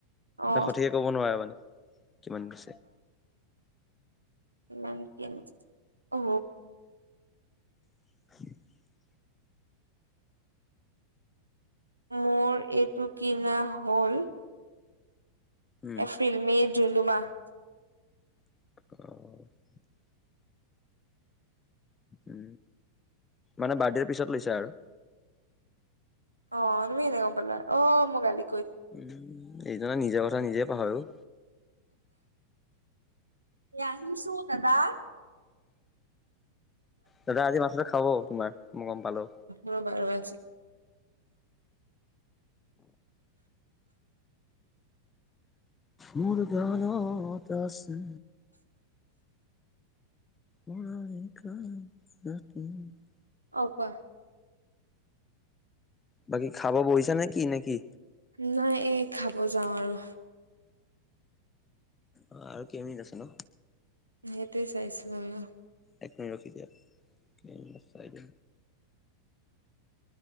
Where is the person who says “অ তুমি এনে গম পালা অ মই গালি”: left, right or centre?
Right